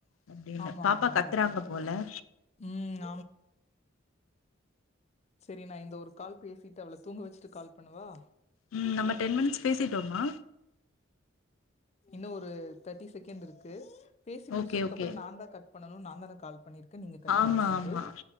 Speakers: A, on the left (about 80°); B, on the left (about 35°).
A: அப்டின்னு
B: ஆமா
A: பாப்பா
B: ஆமா ஆமா
A: கத்துறாங்க போல
B: ம் செரி நா இந்த ஒரு கால் பேசிட்டு அவள தூங்க வெச்சுட்டு கால் பண்ணவா
A: உம் நம்ம டென் மினிட்ஸ் பேசிட்டோமா
B: இன்று ஒரு கெர்ரி செகன்ட் இருக்கு பேசி முடிச்சதுக்கு
A: ஓகே ஓகே
B: அப்புறோ நா தா கட் பண்ணனு நா தான கால் பண்ணிருக்கேன் நீங்க கட்
A: ஆமா
B: பண்ணக்கூடாது
A: ஆமா